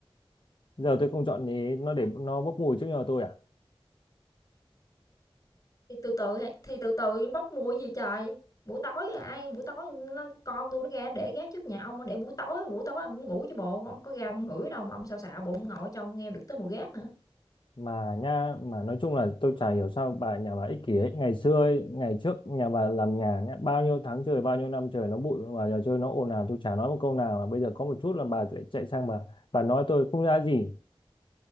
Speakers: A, on the left (about 55°); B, on the left (about 40°).
A: giờ tôi không chọn ý nó để nó bốc mùi trước nhà tôi à
B: Thì từ từ thì từ từ bốc mùi gì trời. Buổi tối à, ai buổi tối nó con tôi nó ra để gác trước nhà ông, để buổi tối buổi tối ông cũng ngủ chứ bộ, ông có ra ông ngửi đâu mà ông xạo xạo bụng ông ngồi trong nghe được tới mùi gác nữa.
A: mà nha mà nói chung là tôi chả hiểu sao bà nhà bà ích kỷ ấy ngày xưa ấy, ngày trước nhà bà làm nhà nhá, bao nhiêu tháng trời bao nhiêu năm trời nó bụi và nhà chơi nó ồn ào tôi chả nói một câu nào mà bây giờ có một chút là bà lại chạy sang bà bà nói tôi không ra gì